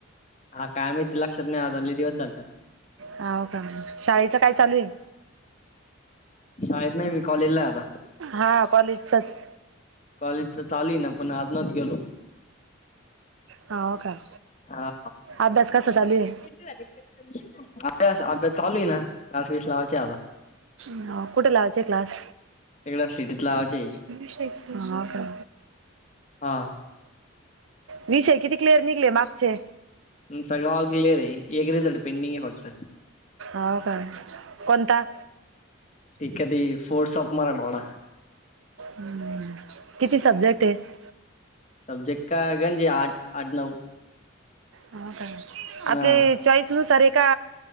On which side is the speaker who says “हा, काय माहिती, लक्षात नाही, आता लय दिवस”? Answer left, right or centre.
Left